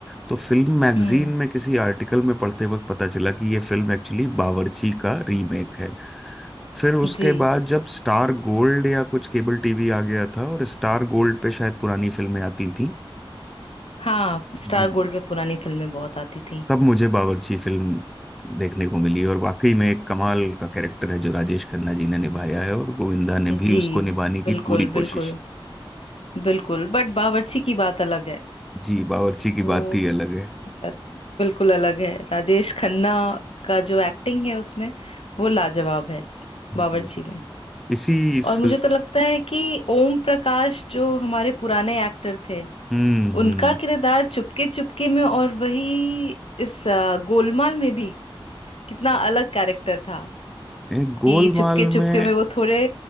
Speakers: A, in the centre; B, on the left.
A: तो फिल्म मैगजीन
B: हम्म
A: में किसी आर्टिकल में पढ़ते वक्त पता चला कि ये फिल्म एक्चुअली बावर्ची का रीमेक है फिर उसके
B: जी
A: बाद जब स्टार गोल्ड या कुछ केबल टीवी आ गया था और स्टार गोल्ड पे शायद पुरानी फिल्में आती थी
B: हाँ स्टार
A: जी
B: गोल्ड पे पुरानी फिल्में बहुत आती थी
A: तब मुझे बावर्ची फिल्म देखने को मिली और वाकई में एक कमाल का कैरेक्टर है जो राजेश खन्ना जी ने निभाया है और गोविंदा ने भी
B: जी
A: उसको निभाने की
B: बिल्कुल
A: पूरी
B: बिल्कुल
A: कोशिश
B: बिल्कुल बट बावर्ची की बात अलग है
A: जी बावर्ची की
B: वो
A: बात ही अलग है
B: बात बिल्कुल अलग है राजेश खन्ना का जो एक्टिंग है उसमें वो लाजवाब है
A: जी
B: बावर्ची में
A: इसी
B: और मुझे
A: इस
B: तो लगता है कि ओम प्रकाश जो हमारे पुराने एक्टर थे
A: हम्म
B: उनका
A: हम्म
B: किरदार चुपके चुपके में और वही इस अ, गोलमाल में भी कितना अलग कैरेक्टर था
A: ए, गोलमाल
B: कि चुपके चुपके
A: में
B: में वो थोड़े